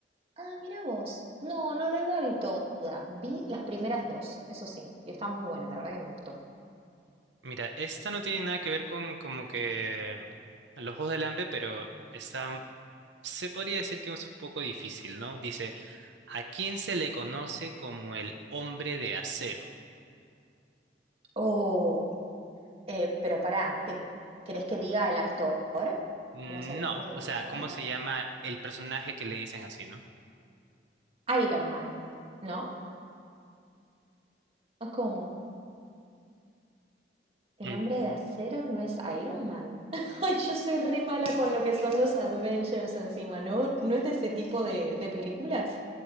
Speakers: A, on the right; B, on the right.
A: Ah, mirá vos. No, no, no la vi toda. Vi las primeras dos, eso sí. Y está muy buena, la verdad que me gustó.
B: Mira, esta no tiene nada que ver con como que a los Juegos del Hambre, pero está, mm, se podría decir que es un poco difícil, ¿no? Dice, ¿a quién se le conoce como el hombre de acero?
A: Oh. Eh, pero pará, te- ¿querés que diga el actor?
B: Mm,
A: ¿Cómo es el
B: No,
A: nombre del
B: o
A: actor?
B: sea, ¿cómo se llama el personaje que le dicen así, ¿no?
A: Iron Man, ¿no? ¿Cómo? ¿El
B: Mm,
A: hombre de acero no es Iron Man? <laughs> Ay, yo soy re mala con lo que son los Avengers encima, ¿no? ¿No es de ese tipo de, de películas?